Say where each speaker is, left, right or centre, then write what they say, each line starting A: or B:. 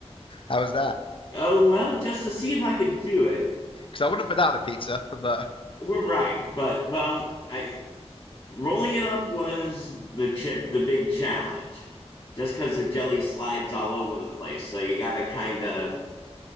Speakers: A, on the left; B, on the left.
A: was that?
B: oh well, just to see if I could do it.
A: Because I wouldn't put that on a pizza, <laughs> but
B: We're right, but well, I rolling it up was the chip the big challenge just because the jelly slides all over the place so you got to kind of